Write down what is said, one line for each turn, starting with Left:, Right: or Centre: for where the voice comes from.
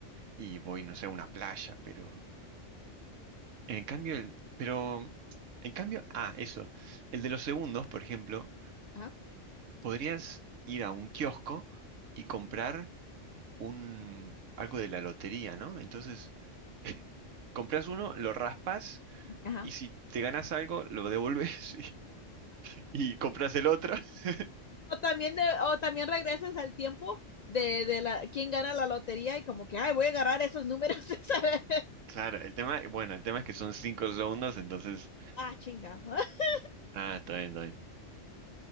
Right: Y voy, no sé, a una playa, pero. En cambio, el. Pero. En cambio, ah, eso. El de los segundos, por ejemplo.
Left: Ajá,
Right: podrías ir a un kiosco y comprar un algo de la lotería, ¿no? Entonces, <laughs> compras uno, lo raspas
Left: ajá.
Right: y si te ganas algo, lo devuelves <laughs> y, y compras el otro. <laughs>
Left: O también, de, o también regresas al tiempo de, de la, quién gana la lotería y como que, ay, voy a agarrar esos números <laughs> esa vez.
Right: Claro, el tema, bueno, el tema es que son cinco segundos, entonces,
Left: Ah, chinga. <laughs>
Right: ah, está bien, está bien.